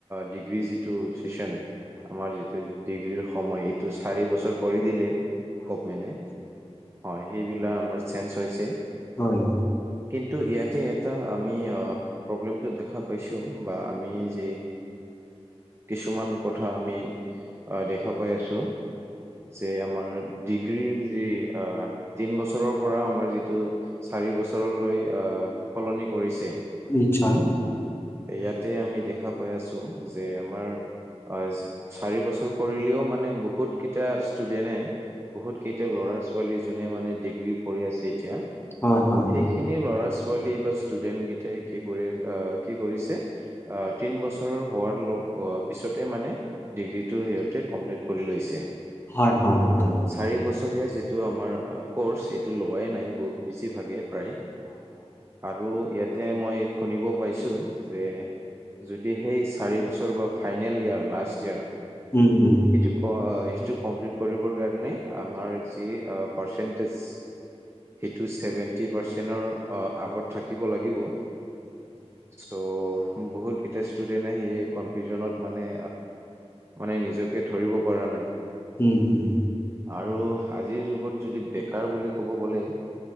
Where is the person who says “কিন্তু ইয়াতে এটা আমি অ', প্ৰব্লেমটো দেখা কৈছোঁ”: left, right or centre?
Right